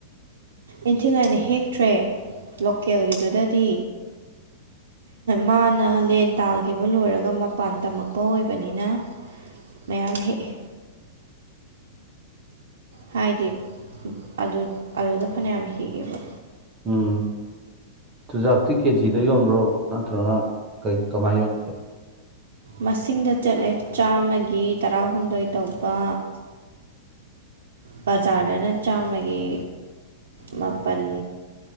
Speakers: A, on the right; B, on the right.
A: ꯏꯪꯊꯤꯉꯥꯏꯅ ꯍꯦꯛꯇ꯭ꯔꯦ ꯂꯣꯀꯦꯜꯒꯤꯗꯨꯗꯗꯤ ꯃꯥꯅ ꯂꯦꯟ ꯇꯥꯈꯤꯕ ꯂꯣꯏꯔꯒ ꯃꯄꯥꯟ ꯇꯝꯃꯛꯄ ꯑꯣꯏꯕꯅꯤꯅ ꯃꯌꯥꯝ ꯍꯦꯛꯑꯦ ꯍꯥꯏꯗꯤ ꯑꯗꯨ ꯑꯗꯨꯗ ꯐꯅꯌꯥꯝ ꯍꯦꯛꯑꯦꯕ
B: ꯎꯝ ꯆꯨꯖꯥꯛꯇꯤ ꯀꯦ ꯖꯤ ꯗ ꯌꯣꯟꯕ꯭ꯔꯣ ꯅꯠꯇ꯭ꯔꯒꯅ ꯀꯩ ꯀꯃꯥꯏꯅ ꯌꯣꯟꯒꯦ
A: ꯃꯁꯤꯡꯗ ꯆꯠꯂꯦ ꯆꯥꯝꯃꯒꯤ ꯇꯔꯥꯍꯨꯝꯗꯣꯏ ꯇꯧꯕ ꯕꯖꯥꯔꯗꯅ ꯆꯥꯝꯃꯒꯤ ꯃꯥꯄꯟ